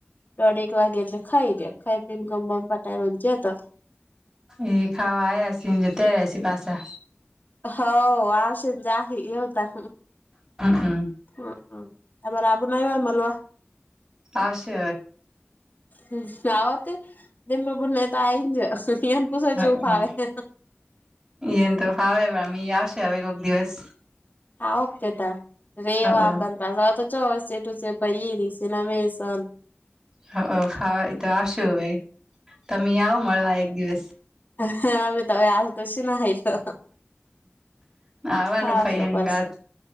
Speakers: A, on the left; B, on the right.
A: દોઢ એક વાગેટલે ખાઈ રહ ખાઈ પીને ગમ ગમ પટાઈજ હતા
B: એ ખાવા આસી જતા રહ્યાસી પાસા
A: હ આવશે જાય એવતા
B: હમ
A: હ ત રાબણાયું આમાં લવા
B: આવશે
A: હ સાાવતે દમ બુને તો આઈ જ ન પૂછો
B: હવે
A: ચૂપ આવેે
B: એને તો ફાવે પણ ી આવશે હવે કોક દિવસ
A: હા ઓ્તેતા રેવા
B: હ
A: બંધ ભ વા તો ચોેટું છે ભાઈ ર છે નામેસન
B: હ હા એ તો આવશ ભાઈ તમે આવ મળવા એક દિવસ
A: હ અમે તમે આલતો શી ના હ તો
B: આવવાનું
A: હા
B: ફઈ
A: શો
B: હંગાત
A: બસ